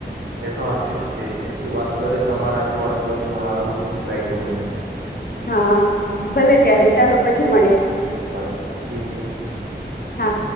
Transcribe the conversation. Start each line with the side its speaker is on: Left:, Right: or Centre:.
Right: એતો આચી જે પછી વાત કરે તમારાથે વાત કરીને સારું લાગ્યું મને.
Left: હા. ભલે ત્યારે ચાલો પછી મળીએ
Right: ઠીક છે
Left: હા.